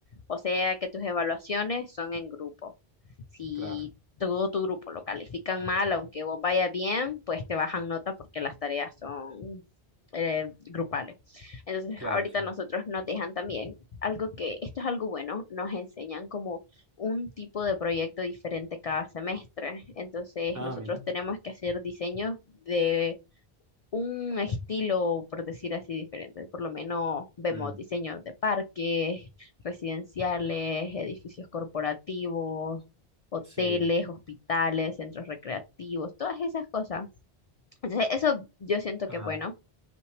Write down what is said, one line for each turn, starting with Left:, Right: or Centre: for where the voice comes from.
Left: o sea que tus evaluaciones son en grupo. Si
Right: claro,
Left: todo tu grupo lo califican mal, aunque vos vayas bien, pues te bajan nota porque las tareas son eh, grupales. Entonces,
Right: claro,
Left: ahorita
Right: sí.
Left: nosotros nos dejan también algo que, esto es algo bueno, nos enseñan como un tipo de proyecto diferente cada semestre. Entonces,
Right: Ah,
Left: nosotros
Right: mira.
Left: tenemos que hacer diseños de un estilo, por decir así, diferente. Por lo menos vemos
Right: Mm,
Left: diseños de parques, residenciales, edificios corporativos, hoteles,
Right: sí,
Left: hospitales, centros recreativos, todas esas cosas. Entonces, eso yo siento
Right: claro.
Left: que es bueno